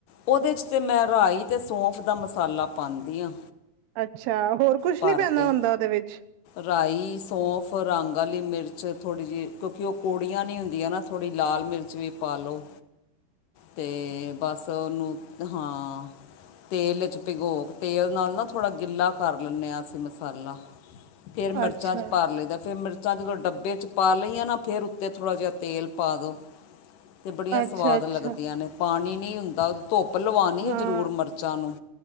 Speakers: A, on the left; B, on the right.
A: ਉਹਦੇ 'ਚ ਤਾਂ ਮੈਂ ਰਾਈ ਤੇ ਸੌਂਫ ਦਾ ਮਸਾਲਾ ਪਾਉਂਦੀ ਹਾਂ।
B: ਅੱਛਾ। ਹੋਰ ਕੁਛ
A: ਭਰ
B: ਨੀ ਪੈਂਦਾ
A: ਕੇ
B: ਹੁੰਦਾ ਉਹਦੇ ਵਿੱਚ
A: ਰਾਈ ਸੌਫ ਰੰਗ ਵਾਲੀ ਮਿਰਚ ਥੋੜ੍ਹੀ ਜਿਹੀ ਕਿਉਂਕਿ ਉਹ ਕੌੜੀਆਂ ਨੀ ਹੁੰਦੀਆਂ ਨਾ ਥੋੜ੍ਹੀ ਲਾਲ ਮਿਰਚ ਵੀ ਪਾ ਲਉ। ਤੇ ਬਸ ਉਹਨੂੰ ਹਾਂ। ਤੇਲ ਚ ਭਿਗੋਕ ਤੇਲ ਨਾਲ ਨਾ ਥੋੜ੍ਹਾ ਗਿੱਲਾ ਕਰ ਲੈਂਦੇ ਹਾਂ ਅਸੀਂ ਮਸਾਲਾ। ਫੇਰ
B: ਅੱਛਾ-ਅੱਛਾ,
A: ਮਿਰਚਾਂ ਚ ਭਰ ਲਈ ਫਿਰ ਮਿਰਚ ਜਾਂ ਜਦੋਂ ਡੱਬੇ 'ਚ ਪਾ ਲਈਆਂ ਨਾ ਫਿਰ ਉੱਤੇ ਥੋੜ੍ਹਾ ਜਿਹਾ ਤੇਲ ਪਾ ਦਿਉ। ਅਤੇ ਬੜੀਆਂ
B: ਅੱਛਾ-ਅੱਛਾ
A: ਸਆਦ ਲੱਗਦੀਆਂ ਨੇ ਪਾਣੀ ਨਹੀਂ ਹੁੰਦਾ ਉਹ ਧੁੱਪ ਧੁੱਪ ਲਵਾਉਣੀ ਆ
B: ਹਾਂ
A: ਜ਼ਰੂਰ ਮਿਰਚਾਂ ਨੂੰ